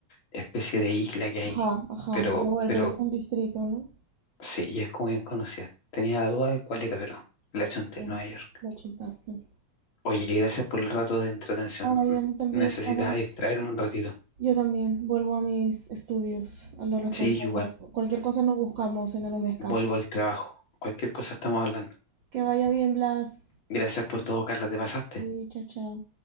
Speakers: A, on the left (about 40°); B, on the right (about 55°).
A: especie de isla que hay,
B: Ajá, ajá,
A: pero,
B: pero bueno,
A: pero
B: pero es un distrito, ¿no?
A: sí, y es como bien conocida. Tenía la duda de cuál era, pero la chunté,
B: Bien,
A: Nueva York.
B: lo chuntaste.
A: Oye, gracias por el rato de entretención.
B: Ay, a mí también,
A: Necesitas
B: ahora
A: distraerme un ratito.
B: yo también vuelvo a mis estudios, a lo responsable.
A: Sí, igual.
B: Cualquier cosa nos buscamos en los descansos.
A: Vuelvo al trabajo. Cualquier cosa estamos hablando.
B: Que vaya bien, Blas.
A: Gracias por todo, Carla, te pasaste.
B: Y chao, chao.